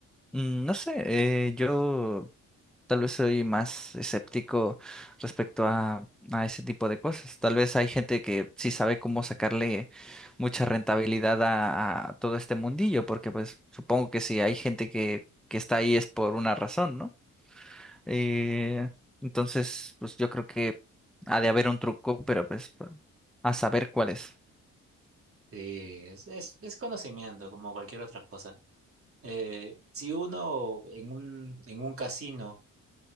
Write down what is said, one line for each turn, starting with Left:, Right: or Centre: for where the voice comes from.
Centre: mm, no sé, eh, yo Tal vez soy más escéptico respecto a, a ese tipo de cosas. Tal vez hay gente que sí sabe cómo sacarle mucha rentabilidad a, a todo este mundillo, porque pues supongo que si hay gente que, que está ahí es por una razón, ¿no? Eh, entonces, pues yo creo que ha de haber un truco, pero pues bueno, a saber cuál es.
Right: Sí, es, es, es conocimiento, como cualquier otra cosa. Eh, si uno en un, en un casino